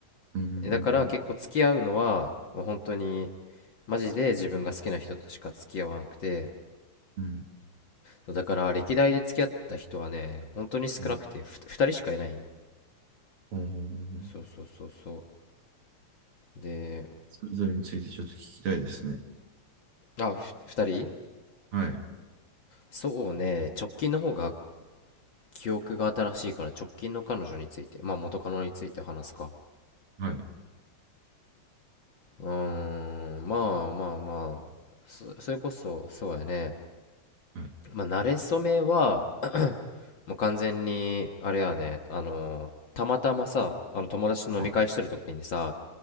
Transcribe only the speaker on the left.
だから結構付き合うのはもう本当に
マジで自分が好きな人としか付き合わなくて
そうだから歴代で付き合った人はね本当に少なくてふ2人しかいないんよ
そうそうそうそうで
あふ2人
そうね直近の方が記憶が新しいから直近の彼女についてまあ元カノについて話すか
うーんまあまあまあそ、それこそそうやね
まあ慣れ初めはもう完全にあれやねあのーたまたまさあの友達と飲み会してる時にさ